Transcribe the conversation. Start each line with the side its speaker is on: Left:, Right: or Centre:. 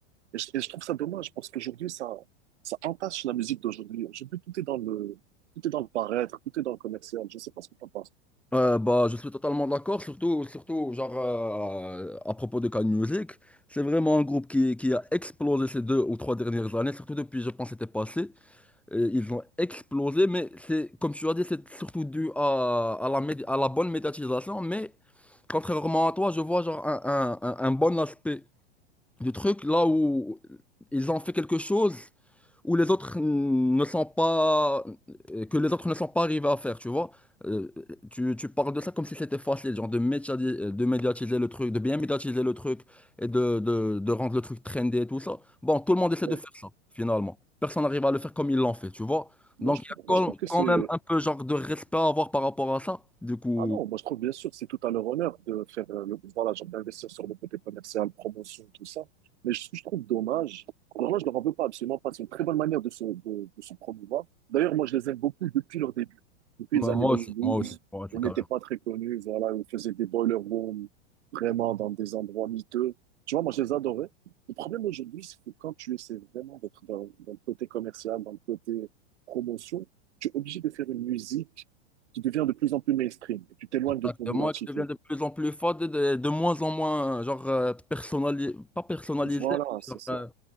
Right: Et je, et je trouve ça dommage parce qu'aujourd'hui, ça, ça entache la musique d'aujourd'hui. Aujourd'hui, tout est dans le, tout est dans le paraître, tout est dans le commercial. Je sais pas ce que t'en penses.
Centre: Euh, bah, je suis totalement d'accord, surtout, surtout genre, euh, à propos de Can Music. C'est vraiment un groupe qui, qui a explosé ces deux ou trois dernières années, surtout depuis, je pense, c'était passé. Et ils ont explosé, mais c'est, comme tu as dit, c'est surtout dû à, à la, médi- à la bonne médiatisation. Mais contrairement à toi, je vois genre, un, un un- un bon aspect du truc, là où ils ont fait quelque chose où les autres ne sont pas, que les autres ne sont pas arrivés à faire, tu vois. Euh, tu, tu parles de ça comme si c'était facile, genre de médiatiser, de médiatiser le truc, de bien médiatiser le truc et de, de, de rendre le truc trendy et tout ça. Bon, tout le monde essaie
Right: Ouais.
Centre: de faire ça, finalement. Personne n'arrive à le faire comme ils l'ont fait, tu vois.
Right: Moi,
Centre: Donc,
Right: je,
Centre: il y
Right: moi,
Centre: a quand
Right: je trouve que c'est,
Centre: quand même un peu genre de respect à avoir par rapport à ça. Du coup,
Right: Ah non, moi je trouve bien sûr que c'est tout à leur honneur de faire euh, le, voilà, genre d'investir sur le côté commercial, promotion, tout ça. Mais ce je trouve dommage, vraiment je leur en veux pas absolument pas. C'est une très bonne manière de se, de, de se promouvoir. D'ailleurs, moi je les aime beaucoup depuis leur début. Depuis
Centre: moi
Right: les années
Centre: moi
Right: 2012,
Centre: aussi, moi aussi, moi aussi,
Right: on n'était
Centre: quand même.
Right: pas très connus, voilà, on faisait des boiler rooms vraiment dans des endroits miteux. Tu vois, moi je les adorais. Le problème aujourd'hui, c'est que quand tu essaies vraiment d'être dans, dans le côté commercial, dans le côté promotion, tu es obligé de faire une musique tu deviens de plus en plus mainstream et tu t'éloignes de
Centre: Exactement,
Right: ton identité.
Centre: qui devient de plus en plus fade, et de, de moins en moins, genre, euh, personnali- pas personnalisé,
Right: Voilà,
Centre: mais
Right: c'est
Centre: genre,
Right: ça.
Centre: euh,